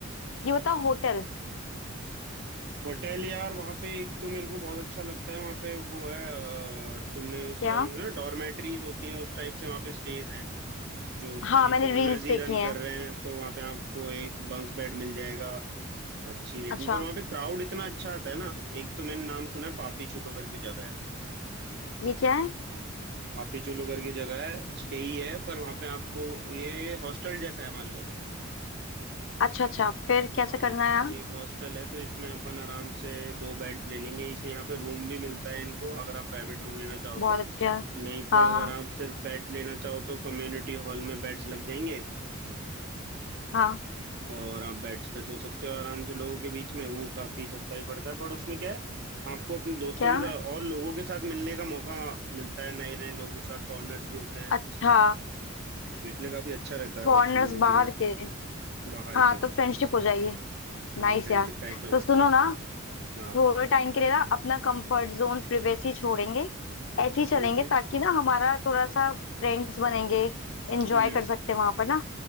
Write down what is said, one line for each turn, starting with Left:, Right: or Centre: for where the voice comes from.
Left: ये बताओ होटल
Right: होटल यार वहाँ पे एक तो मेरे को बहुत अच्छा लगता है वहाँ पे वो है अ, तुमने उसके
Left: क्या
Right: बारे में सुना डॉर्मेट्रीज होती हैं उस टाइप से वहाँ पे स्टेज हैं जो कि
Left: हाँ मैंने
Right: फॉरेनर्स
Left: रील्स
Right: ही
Left: देखी
Right: रन
Left: हैं
Right: कर रहे हैं तो वहाँ पे आपको एक बंक बेड मिल जाएगा अच्छी रेट
Left: अच्छा
Right: में पर वहाँ पे क्राउड इतना अच्छा आता है ना एक तो मैंने नाम सुना है पापी चूलो करके जगह है
Left: ये क्या है
Right: पापीचुलू की जगह है स्टे ही है पर वहां पे आपको ये हॉस्टल जैसा है मान लो
Left: अच्छा अच्छा फिर कैसे
Right: हाँ
Left: करना है यार
Right: ये एक हॉस्टल है तो इसमें अपन आराम से दो बेड्स ले लेंगे इसमें यहाँ पे रूम भी मिलता है इनको अगर आप प्राइवेट रूम लेना चाहो
Left: बहुत
Right: तो
Left: अच्छा है
Right: नहीं तो
Left: हाँ
Right: अगर
Left: हाँ
Right: आप सिर्फ बेड्स लेना चाहो तो कम्युनिटी हॉल में बेड्स लग जाएंगे
Left: हाँ
Right: और आप बेड्स पे सो सकते हो आराम से लोगों के बीच में वो काफी सस्ता भी पड़ता है पर उसमें क्या है आपको अपने दोस्तों
Left: क्या
Right: के साथ और लोगों के साथ मिलने का मौका मिलता है नए नए लोगों के साथ फॉरेनर्स भी होते हैं
Left: अच्छा
Right: तो इसलिए काफी अच्छा रहता है
Left: फॉरेनर्स
Right: हॉस्टल में रुकने
Left: बाहर
Right: में
Left: के
Right: बाहर
Left: हाँ
Right: के
Left: तो फ्रेंडशिप हो जाएगी
Right: हाँ
Left: नाइस
Right: फ्रेंडशिप
Left: यार
Right: टाइप्स हो जाती
Left: तो सुनो
Right: है
Left: ना
Right: हाँ
Left: थोड़े टाइम के लिए ना अपना कंफर्ट जोन प्रिवेसी छोड़ेंगे ऐसे ही
Right: ठीक
Left: चलेंगे
Right: है
Left: ताकि ना हमारा थोड़ा सा फ्रेंड्स बनेंगे एंजॉय
Right: हम्म
Left: कर सकते हैं वहां पर ना